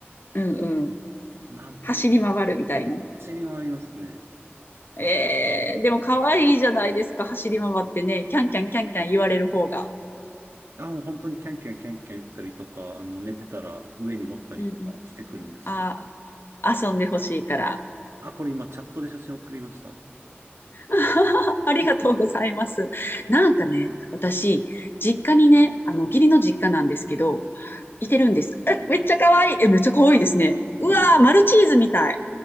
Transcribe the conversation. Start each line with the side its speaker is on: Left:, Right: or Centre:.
Left: うんうん。
Right: なんという、
Left: 走り回るみたいな。
Right: 走り回りますね。
Left: えー、でもかわいいじゃないですか、走り回ってね。キャンキャンキャンキャン言われる方が。
Right: あ、もう本当にキャンキャンキャンキャン言ったりとか、あの、寝てたら上に乗ったりとかしてくるんですけど。
Left: うんうん。あー、遊んでほしいから。
Right: あ、これ今チャットで写真送りました。は
Left: <laughs> ありがとうございます。
Right: い
Left: なんかね、私、実家にね、あの、義理の実家なんですけど、いてるんです。え、めっちゃ可愛い。え、めっちゃ可愛いですね。うわー、
Right: そうなん
Left: マルチーズみたい。